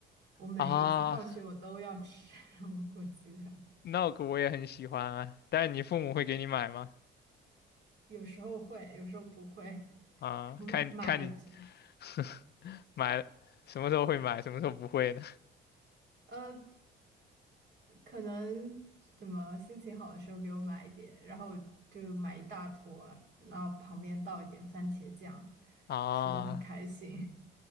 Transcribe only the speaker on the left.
啊，
那个我也很喜欢啊。但是你父母会给你买吗？
啊，
看看你 <laughs> 买什么时候会买，什么时候不会呢？
啊，